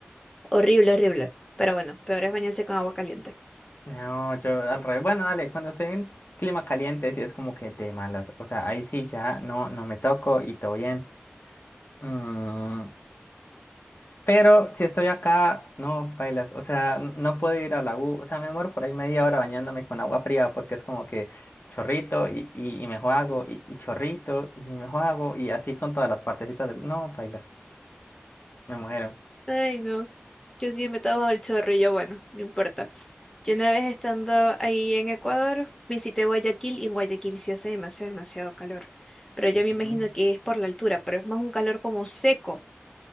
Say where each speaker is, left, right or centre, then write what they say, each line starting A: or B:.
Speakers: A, on the left; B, on the left.
A: Horrible, horrible. Pero bueno, peor es bañarse con agua caliente.
B: no, yo al revés, bueno, dale, cuando estoy en clima caliente sí es como que de malas, o sea, ahí sí ya no, no me toco y todo bien. Mm, pero si estoy acá, no, bailas, o sea, n- no puedo ir a la U, o sea, me muero por ahí media hora bañándome con agua fría porque es como que chorrito y, y, y me juego y, y chorrito y me juego y así con todas las partecitas del, no, bailas, me muero.
A: Ay, no. Yo sí me estaba al chorrillo, bueno, no importa. Yo una vez estando ahí en Ecuador, visité Guayaquil y en Guayaquil sí hace demasiado, demasiado calor. Pero yo
B: Ujú,
A: me imagino que es por la altura, pero es más un calor como seco,